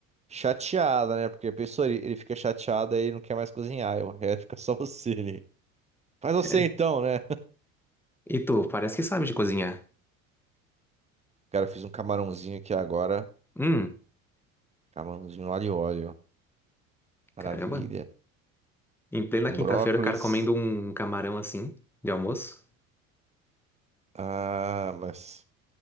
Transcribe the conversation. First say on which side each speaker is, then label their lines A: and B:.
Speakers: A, on the right; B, in the centre.
A: chateada, né? Porque a pessoa, ele, ele fica chateada e não quer mais cozinhar, e o resto fica só <laughs> você ali. Faz você
B: É.
A: então, né?
B: E tu, parece que sabe de cozinhar.
A: Cara, eu fiz um camarãozinho aqui agora.
B: Hum,
A: Camarãozinho alho e óleo. Maravilha.
B: caramba. Em plena
A: Com
B: quinta-feira,
A: brócolis.
B: o cara comendo um camarão assim, de almoço.
A: Ah, mas